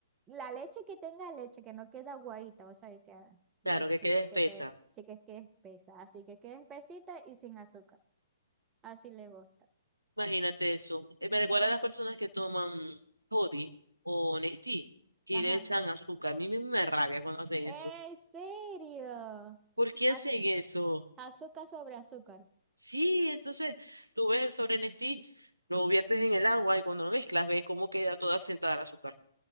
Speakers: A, on the right; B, on the right.
A: la leche que tenga leche, que no queda aguadita, o sea, que queda leche
B: Claro, que quede espesa.
A: que te, sí que que es espesa, así que quede espesita y sin azúcar. Así le gusta.
B: Imagínate eso. Eh, Me recuerda a las personas que toman Toddy o Nestí y
A: Ajá.
B: le echan azúcar. A mí me da una rabia cuando hacen
A: ¿En
B: eso.
A: serio?
B: ¿Por qué
A: Az-
B: hacen eso?
A: azúcar sobre azúcar.
B: Sí, entonces tú ves el sobre Nestí, lo viertes en el agua y cuando lo mezclas ves cómo queda toda sentada el azúcar.